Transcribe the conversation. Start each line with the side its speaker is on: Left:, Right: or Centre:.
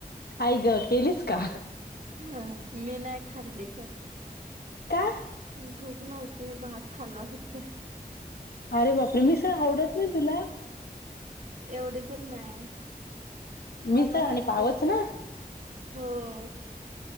Left: आई ग केलीस का
Right: हा मी नाही खाल्ली
Left: का
Right: भूक नव्हती भात खाल्ला फक्त
Left: अरे बाप रे मिसळ आवडत नाही तुला
Right: एवढी पण नाही
Left: मिसळ
Right: मनात
Left: आणि
Right: असलं
Left: पावच
Right: तर
Left: ना
Right: होय